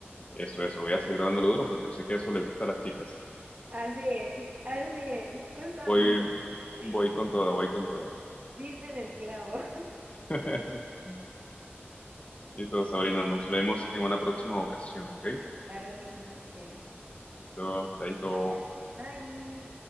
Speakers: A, on the left (about 30°); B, on the right (about 40°).
A: eso, eso. Voy a seguir dándole duro porque yo sé que eso le gusta a las chicas.
B: Así es, así es, justamente.
A: Voy,
B: <laughs>
A: voy con toda, voy con toda.
B: Diste en el clavo.
A: <laughs> Y todo,
B: <laughs>
A: Sabrina, nos vemos en una próxima ocasión, ¿ok?
B: Claro que sí, José.
A: Listo, chaito.
B: Vale, bye.